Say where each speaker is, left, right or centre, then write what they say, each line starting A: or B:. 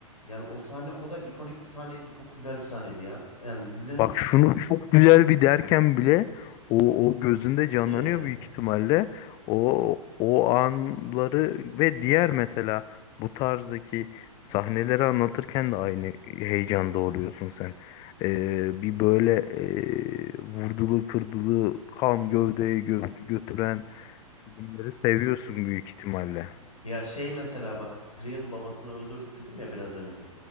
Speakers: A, on the left (about 75°); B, on the left (about 20°).
A: yani o sahne o kadar ikonik bir sahneydi. Çok güzel bir sahneydi ya. Yani dizinin
B: Bak şunu çok güzel bir derken bile o, o gözünde canlanıyor
A: <laughs>
B: büyük ihtimalle. O o anları ve diğer mesela bu tarzdaki sahneleri anlatırken de aynı heyecanda oluyorsun sen. Ee, bir böyle e, vurdulu kırdılı kan gövdeye gö- götüren filmleri seviyorsun büyük ihtimalle.
A: ya şey mesela bak Tyrion babasını öldürdü dedim ya biraz önce.